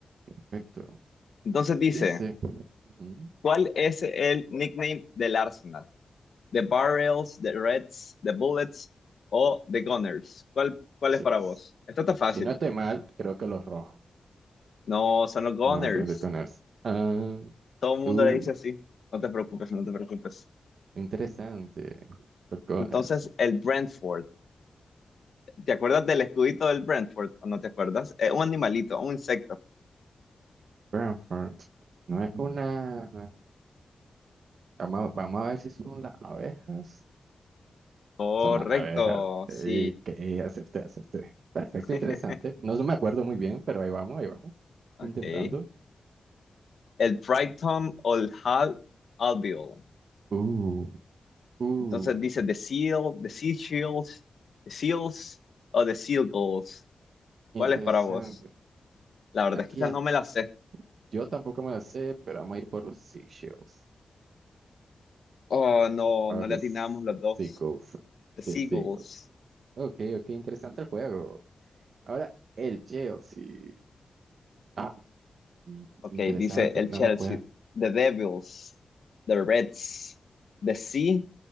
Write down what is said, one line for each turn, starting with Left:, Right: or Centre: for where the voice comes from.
Right: Perfecto.
Left: Entonces dice,
Right: Dice. ujú,
Left: ¿cuál es el nickname del Arsenal? The Barrels, The Reds, The Bullets o The Gunners? ¿Cuál, cuál
Right: sí
Left: es para
Right: es.
Left: vos? Esto está fácil.
Right: Si no estoy mal, creo que los rojos.
Left: No, son los Gunners.
Right: No, entonces con Gunners. Ah,
Left: Todo el mundo
Right: uh,
Left: le dice así. No te preocupes, no te preocupes.
Right: interesante. Los Gunners.
Left: Entonces, el Brentford. ¿Te acuerdas del escudito del Brentford o no te acuerdas? Es un animalito, un insecto.
Right: Brantford. No es una. Vamos, a vamos a ver si son las abejas.
Left: Correcto,
Right: Son las abejas. Ey,
Left: sí.
Right: que ey, acerté, acerté. Perfecto,
Left: <laughs>
Right: interesante. No me acuerdo muy bien, pero ahí vamos, ahí vamos.
Left: Ok.
Right: Intentando.
Left: El Brighton o el Hal Albion.
Right: Uh, uh,
Left: Entonces dice The Seal, The Sea Shields, The Seals o The Seagulls.
Right: interesante.
Left: ¿Cuál es para vos? La verdad
Right: Aquí
Left: es que esta
Right: hasta-
Left: no me la sé.
Right: yo tampoco me la sé, pero vamos a ir por los seashells.
Left: Oh, no,
Right: O
Left: no
Right: the
Left: le atinamos
Right: s-
Left: los dos.
Right: seagulls.
Left: The Seagulls.
Right: The seagulls. Ok, ok, interesante el juego. Ahora, el Chelsea. Ah, mm,
Left: Ok,
Right: interesante,
Left: dice el Chelsea.
Right: no me acuerdo.
Left: The Devils. The Reds. The Sea